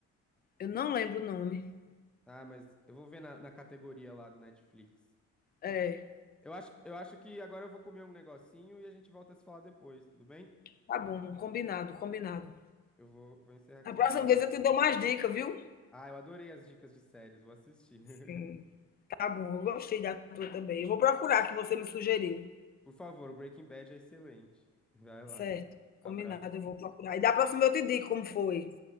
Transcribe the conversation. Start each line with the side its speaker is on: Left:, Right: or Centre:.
Left: Eu não lembro o nome.
Centre: Ah, mas eu vou ver na, na categoria lá do Netflix.
Left: É,
Centre: Eu acho, eu acho que agora eu vou comer um negocinho e a gente volta a se falar depois, tudo bem?
Left: tá bom, combinado, combinado.
Centre: Eu vou, vou encerrar aqui.
Left: A próxima
Centre: Abraço.
Left: vez eu te dou mais dicas, viu?
Centre: Ah, eu adorei as dicas de séries, vou assistir.
Left: Sim.
Centre: <laughs>
Left: Tá bom, eu gostei da tua também. Eu vou procurar que você me sugeriu.
Centre: Por favor, o Breaking Bad é excelente. Vai lá.
Left: Certo.
Centre: Abraço.
Left: Combinado, eu vou procurar. E da próxima eu te digo como foi.